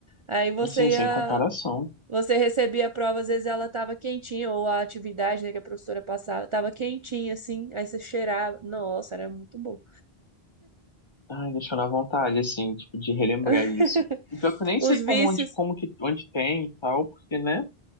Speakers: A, on the right (about 40°); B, on the left (about 30°).
A: Aí você
B: Assim, sem
A: ia,
B: comparação.
A: você recebia a prova, às vezes ela tava quentinha, ou a atividade, né, que a professora passava, tava quentinha assim, aí você cheirava. Nossa, era muito bom.
B: Ai, deixou na vontade, assim, tipo, de relembrar
A: <laughs>
B: isso. E pior que eu nem
A: Os
B: sei como,
A: vícios,
B: onde, como que, onde tem e tal, porque, né?